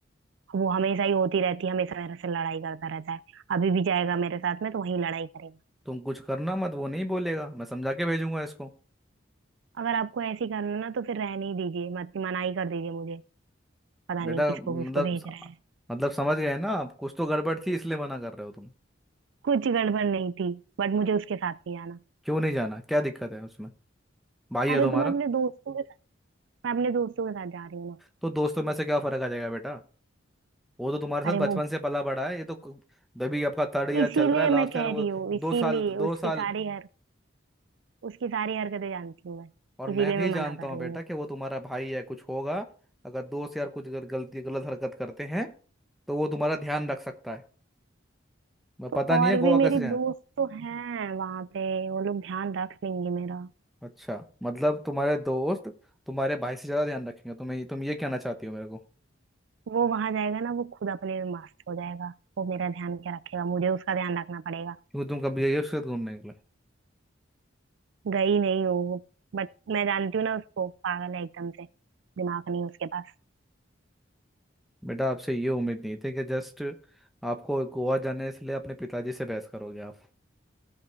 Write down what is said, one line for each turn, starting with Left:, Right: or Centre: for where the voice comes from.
Right: वो हमेशा ही होती रहती है हमेशा मेरे से लड़ाई करता रहता है अभी भी जाएगा मेरे साथ में तो वहीं लड़ाई करेगा
Centre: तुम कुछ करना मत वो नहीं बोलेगा मैं समझा के भेजूंगा इसको
Right: अगर आपको ऐसे ही करना ना तो फिर रहने ही दीजिए मत मना ही कर दीजिए मुझे पता नहीं
Centre: बेटा
Right: किसको
Centre: मतलब
Right: किसको भेज रहे हैं
Centre: मतलब समझ गए ना आप कुछ तो गड़बड़ थी इसलिए मना कर रहे हो तुम
Right: कुछ गड़बड़ नहीं थी बट मुझे उसके साथ नहीं जाना
Centre: क्यों नहीं जाना क्या दिक्कत है उसमें भाई है
Right: अरे
Centre: तुम्हारा
Right: तो मैं अपने दोस्तों के साथ मैं अपने दोस्तों के साथ जा रही हूँ ना
Centre: तो दोस्तों में से क्या फर्क आ जाएगा बेटा वो तो तुम्हारे साथ
Right: अरे
Centre: बचपन
Right: वो
Centre: से पला बड़ा है ये तो कु- अभी आपका थर्ड ईयर
Right: इसीलिए
Centre: चल रहा है लास्ट
Right: मैं कह
Centre: ईयर वो
Right: रही हूँ इसीलिए
Centre: दो साल दो
Right: उसकी
Centre: साल
Right: सारी हर उसकी सारी हरकतें जानती हूँ मैं इसीलिए
Centre: और मैं भी
Right: मैं
Centre: जानता
Right: मना कर
Centre: हूँ
Right: रही
Centre: बेटा
Right: हूँ
Centre: कि वो तुम्हारा भाई है कुछ होगा अगर दोस्त यार कुछ गल- गलती गलत हरकत करते हैं तो वो तुम्हारा ध्यान रख सकता है मैं
Right: तो
Centre: पता
Right: और
Centre: नहीं है
Right: भी
Centre: गोवा कैसे
Right: मेरी
Centre: जाए
Right: दोस्त तो हैं वहां पे वो लोग ध्यान रख लेंगे मेरा
Centre: अच्छा मतलब तुम्हारे दोस्त तुम्हारे भाई से ज़्यादा ध्यान रखेंगे तुम्हें तुम ये कहना चाहती हो मेरे को
Right: वो वहां जाएगा ना वो खुद अपने में मस्त हो जाएगा वो मेरा ध्यान क्या रखेगा मुझे उसका ध्यान रखना पड़ेगा
Centre: क्योंकि तुम कभी गई हो उसके साथ घूमने निकले
Right: गई नहीं हो बट मैं जानती हूँ ना उसको पागल है एकदम से दिमाग नहीं उसके पास
Centre: बेटा आपसे ये उम्मीद नहीं थी कि जस्ट आपको गोवा जाने इसलिए अपने पिताजी से बहस करोगे आप